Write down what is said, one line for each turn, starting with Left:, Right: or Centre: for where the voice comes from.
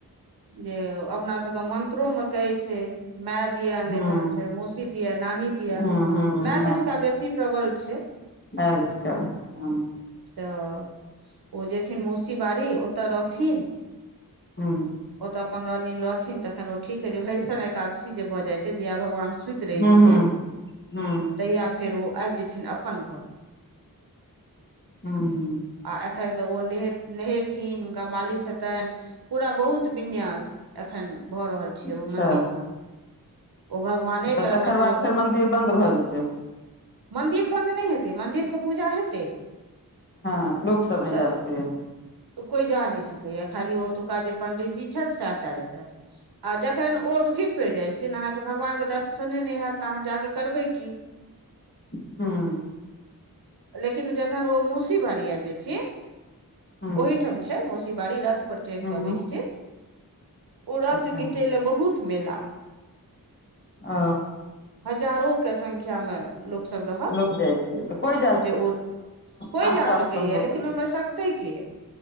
Right: जे अपनासभके मन्त्रोमे कहैत छै माय दिया ने
Left: हँ
Right: तऽ तहन फेर मौसी दिया नानी दिया
Left: हँ हँ
Right: मैय दिसका बेसी प्रबल छै
Left: माए दिसका हँ
Right: तऽ ओ जेथिन मौसी बाड़ी ओतऽ रहथिन
Left: हूँ
Right: ओतऽ पन्द्रह दिन रहथिन तखन ओ ठीक हेतै हरिशन एकादशी जे भऽ जाइत छै जहिया भगवान सुति रहै
Left: हँ
Right: छथिन
Left: हँ हँ
Right: तहिया फेर ओ आबि जेथिन अपन घर
Left: हूंम्म
Right: आ एखन तऽ ओ नहे नेहेथिन हुनका मालिश हेतनि पूरा बहुत विन्यास एखन भऽ रहल छै ओ
Left: अच्छा
Right: मंन्दिर मे ओ भगवाने
Left: तऽ
Right: के
Left: तकर
Right: मतलब
Left: बाद फेर मंदिर बंन्द भऽ जेतै
Right: मंन्दिर बन्द नहि हेतै मंन्दिर के पूजा हेतै
Left: हँ लोक सब नै
Right: तऽ
Left: जा सकेए
Right: कोइ जा नै सकैये खाली ओतोऊका जे पंडितजी छथि सैहटा जेतथि आ जखन ओ दुखित पड़ जाइत छथिन अहाँके भगवान के दर्श ने नहि हेत तऽ जाकऽ करबै की
Left: हूँ
Right: लेकिन जखन ओ मौसी बारी आबि जेथिन
Left: हँ
Right: ओहिठाम छै मौसी बारी रथ पर चढ़
Left: हँ
Right: कऽ अबै
Left: हँ
Right: छथिन ओ रथ
Left: अच्छा
Right: घिचय ले बहुत मेला
Left: ओ
Right: हजारो के संख्या मे लोक सब रह
Left: लोक जाइत छै तऽ कोइ
Right: ओ जे, ओ कोइ
Left: पास
Right: जा
Left: तास
Right: सकैए,
Left: बनबय
Right: लेकिन
Left: पड़ै छै
Right: ओहिमे सकतै के?